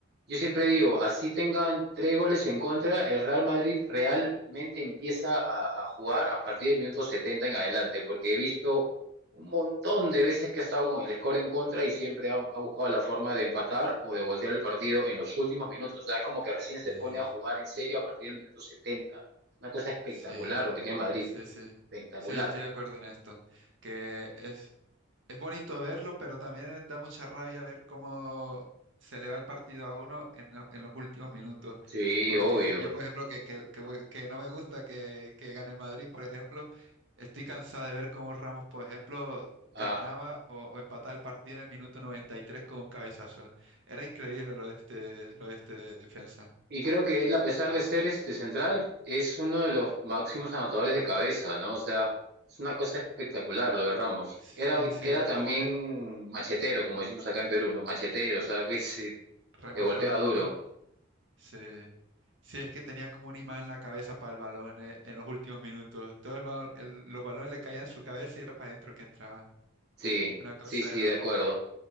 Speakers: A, on the right; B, on the right.
A: yo siempre digo, así tengan tres goles en contra, el Real Madrid realmente empieza a, a jugar a partir del minuto 70 en adelante, porque he visto un montón de veces que ha estado con el score en contra y siempre ha, ha buscado la forma de empatar o de voltear el partido en los últimos minutos. O sea, es como que recién se
B: Eh,
A: pone a jugar en serio a partir del minuto 70. Una cosa espectacular
B: Sí,
A: lo que tiene Madrid.
B: sí, sí.
A: Espectacular.
B: Sí, yo estoy de acuerdo en esto. Que es, es bonito verlo, pero también eh, da mucha rabia ver cómo se le va el partido a uno en, lo- en los últimos minutos.
A: Sí,
B: Porque
A: obvio.
B: yo, por ejemplo, que, que, que voy- que no me gusta que, que gane el Madrid, por ejemplo, estoy cansado de ver cómo Ramos, por ejemplo, ganaba
A: Ah,
B: o, o empataba el partido en el minuto 93 con un cabezazo. Era increíble lo de este, lo de este defensa.
A: y creo que él, a pesar de ser este central, es uno de los máximos anotadores de cabeza, ¿no? O sea, es una cosa espectacular lo de Ramos.
B: Sí,
A: Era,
B: sí,
A: era
B: era
A: también
B: como que
A: machetero, como decimos acá en Perú, ¿no? Machetero, o sea, que se-
B: rematador,
A: te golpeaba duro.
B: ¿no? Sí. Sí, es que tenía como un imán en la cabeza para el balón eh, en los últimos minutos. Todo el balón, el- los balones le caían en su cabeza y era para adentro que entraba.
A: Sí,
B: Una cosa
A: sí, sí,
B: de locos.
A: de acuerdo.